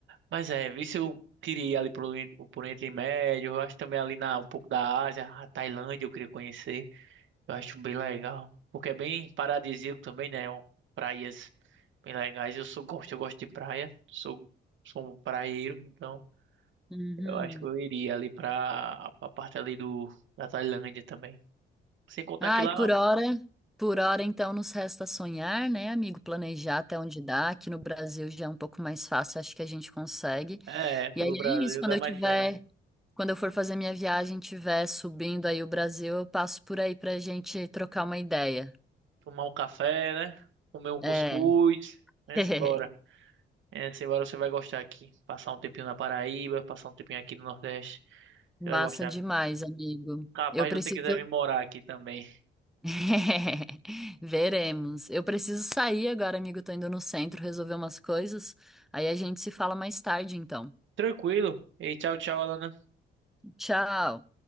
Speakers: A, on the right; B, in the centre.
A: Mas é, vi se eu queria ir ali pro, Ori- pro Oriente Médio, eu acho também ali na, um pouco da Ásia, a Tailândia eu queria conhecer, eu acho bem legal, porque é bem paradisíaco também, né, um- praias bem legais, eu sou, gosto, eu gosto de praia, sou, sou um praieiro, então
B: Uhum.
A: eu acho que eu iria ali pra, pra parte ali do, da Tailândia também, sem contar
B: Ai,
A: que lá,
B: por hora, por hora então nos resta sonhar, né, amigo? Planejar até onde dá. Aqui no Brasil já é um pouco mais fácil, acho que a gente consegue.
A: é, pelo
B: E aí é
A: Brasil
B: isso, quando
A: dá
B: eu
A: mais
B: tiver,
A: certo,
B: quando eu for fazer minha viagem, tiver subindo aí o Brasil, eu passo por aí pra gente trocar uma ideia.
A: tomar um café, né, comer um cuscuz,
B: É.
A: né,
B: <laughs>
A: simbora. É, Simbora, você vai gostar aqui. Passar um tempinho na Paraíba, passar um tempinho aqui no Nordeste. Você
B: Massa
A: vai gostar.
B: demais, amigo.
A: rapaz
B: Eu preciso.
A: se você quiser vir morar aqui também.
B: <laughs> Veremos. Eu preciso sair agora, amigo. Tô indo no centro resolver umas coisas. Aí a gente se fala mais tarde, então.
A: Tranquilo. E tchau, tchau, Alana.
B: Tchau.